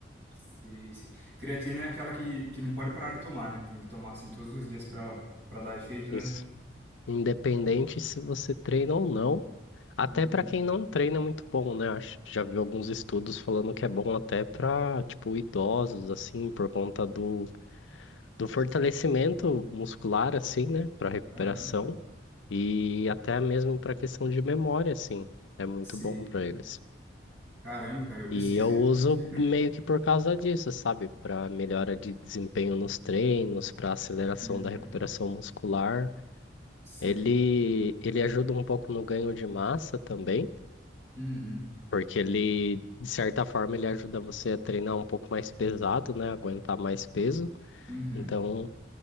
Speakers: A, on the right; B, on the left.
A: Sei, sei. Creatina é aquela que, que não pode parar de tomar, né? Tem que tomar, assim, todos os dias pra, pra dar efeito, né?
B: Isso. Independente se você treina ou não. Até
A: Uhum.
B: para quem não treina é muito bom, né? Acho, já vi alguns estudos falando que é bom até para, tipo, idosos, assim, por conta do, do fortalecimento muscular, assim, né? Para recuperação.
A: Caramba.
B: E até mesmo para questão de memória, assim, é muito
A: Sei.
B: bom para eles.
A: Caramba, cara, eu preciso,
B: E eu
A: hein?
B: uso
A: <laughs>
B: meio que por causa disso, sabe? Para melhora de desempenho nos treinos, para aceleração
A: Uhum.
B: da recuperação muscular.
A: Sei.
B: Ele, ele ajuda um pouco no ganho de massa também,
A: Uhum.
B: porque ele, de certa forma, ele ajuda você a treinar um pouco mais pesado, né? Aguentar mais peso.
A: Uhum.
B: Então,